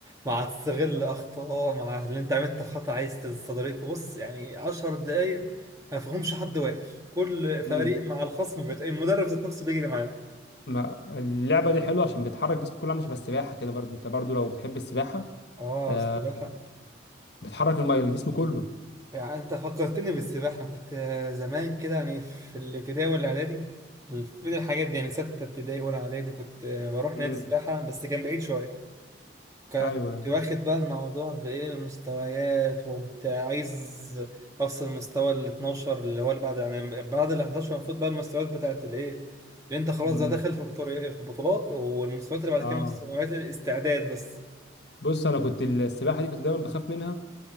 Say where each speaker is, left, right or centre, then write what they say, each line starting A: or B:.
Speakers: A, on the right; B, on the left.
A: مع تستغل اخطاء مع اللي انت عملت خطأ عايز تستدركه بص يعني 10 دقايق ما فيهمش حد واقف كل فريق
B: مم.
A: مع الخصم بيت المدرب ذات نفسه بيجري معانا
B: ما اللعبة دي حلوة عشان بتحرك جسمك كله عامل شبه السباحة كده برضو انت برضو لو بتحب السباحة
A: اه
B: آه،
A: سباحة
B: بتحرك الميه الجسم كله
A: يعني انت فكرتني بالسباحه انا كنت زمان كده يعني في الابتدائي والاعدادي في بين الحاجات دي يعني سته ابتدائي ولا اعدادي كنت بروح
B: امم
A: نادي سباحه بس كان بعيد شويه ك-
B: ايوه
A: كنت واخد بقى الموضوع بايه مستويات وكنت عايز اوصل المستوى ال 12 اللي هو اللي بعد يعني بعد ال 11 المفروض بقى المستويات بتاعت الايه اللي انت خلاص
B: امم
A: ده داخل في بطولي- في بطولات والمستويات اللي بعد
B: اه
A: كده مستويات الاستعداد بس
B: بص انا كنت السباحه دي كنت دايما بخاف منها